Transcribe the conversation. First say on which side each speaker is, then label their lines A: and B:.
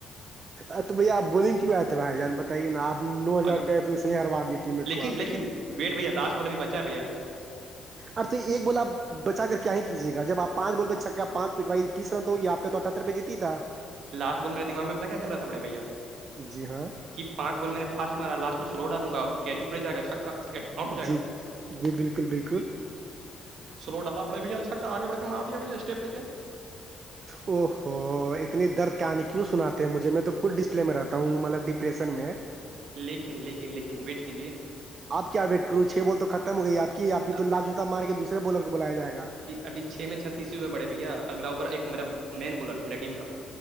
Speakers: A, on the right; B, on the right.
A: ا تو بھیا آپ بولیں کیوں آئے تھے بھائی جان بتائیے ناپ نو
B: میں
A: ہزار روپئے تو ص ہروا دیے ٹیم میٹ
B: لیکن
A: کو آپ
B: لیکن ویٹ بھیا لاسٹ والولے بھی بچا ہے بھیا
A: اب تو ایک بول آپ بچا کر کیا ہی کیجیے گ جب آپ پانچ بالول پہ چکا پانچ پٹوائی تسرا تو یہ آ کا تو اٹھہتر روپئے جیتی تھا
B: لاس بول میرے دما میں پتا کیا چل رہا تھا بڑے بھیا
A: جی ہاں
B: کہ پانچ بال میں نے فاسٹ مارا لاسٹ میں سلو ڈالوں گا کیچ اپرے جائے گا چھکا آؤٹ ہو جائے
A: جی
B: گا
A: جی بالکل بالکل
B: سلو ڈالا بڑے بھیا اچھا کا آگے بڑھ کے مار دیا بھیا اسٹیپ لے کے
A: او ہوو اتنی درد کہانی کیوں سناتے ہیں مجھے میں تو خود ڈسپلے میں رہتا ہوں مطلب ڈپریشن میں
B: لیکن لیکن لیکن ویٹ کیجیے
A: آپ کیا ویٹ کروں چھ بال تو ختم ہو گئی ہے آ کی آپ کی
B: اب
A: تو لاال جوتا مار کے دوسرے بالر کو بلایا جائےاگا
B: ابھیھ میں چھتیسوور بڑھے بھیا اگلا اوور ایک میرا مین بالر میرا ٹیم کا